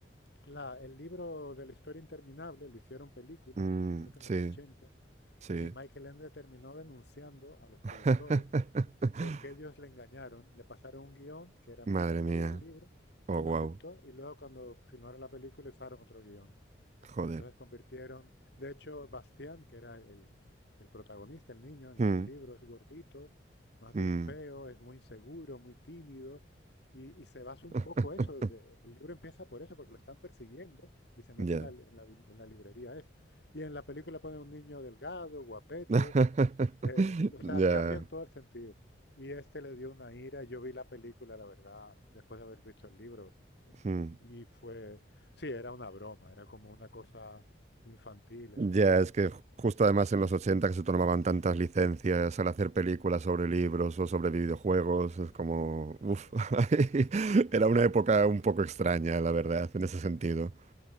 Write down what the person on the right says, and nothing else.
Mm,
sí,
sí.
<laughs>
Madre
mía.
Oh,
wow.
Joder.
Mm,
mm.
<laughs>
Ya.
<laughs>
Ya.
mm.
Ya, es que ju- justo además en los ochenta que se tomaban tantas licencias al hacer películas sobre libros o sobre videojuegos, es como... Uf. <laughs> Era una época un poco extraña, la verdad, en ese sentido.